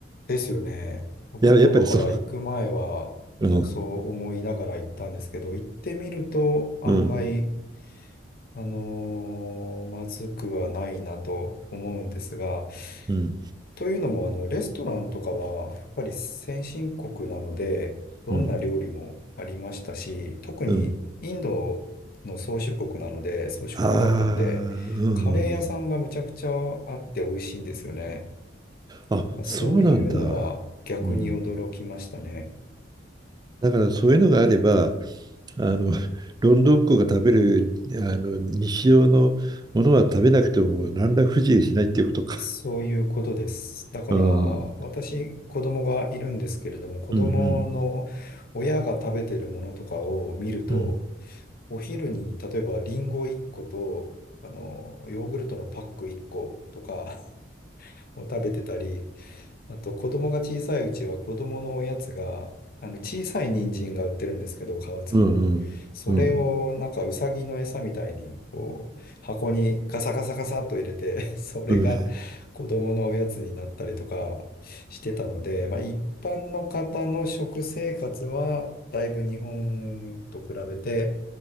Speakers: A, on the left; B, on the right.
A: ですよね。僕もだから行く前は、
B: いや、やっぱりそ
A: あの、
B: う。うん。
A: そう思いながら行ったんですけど、行ってみると案外、
B: うん。
A: あのーまずくはないなと思うんですが、
B: うん。
A: というのも、あの、レストランとかは、やっぱり先進国なので、どんな料理もありましたし、
B: うん。
A: 特にインドの宗主国なので、
B: うん。
A: 宗主国だったので、
B: ああー、うんうんうん。
A: カレー屋さんがむちゃくちゃあって美味しいんですよね。
B: あ、そうなんだ。
A: そういうのは逆に驚きましたね。
B: うん。だからそういうのがあれば、あの、ロンドンっ子が食べる、あの、日常のものは食べなくても何ら不自由しないっていうことか。
A: そういうことです。だから、
B: うん。
A: 私、
B: うん
A: 子供がいるんですけれども、子供の親が食べてるものとかを見ると、
B: うん。うん
A: お昼に、例えばリンゴ1個と、あの、ヨーグルトのパック1個とか <laughs> を食べてたり、あと子供が小さいうちは子供のおやつが、あの、小さい人参が売ってるんですけど、皮付きの。
B: うんうん。
A: それをなんかうさぎの餌みたいに、こう、箱にガサガサガサっと入れて <laughs> それが子供のおやつになったりとかしてたので、
B: うん。
A: まあ一般の方の食生活は、だいぶ日本と比べて、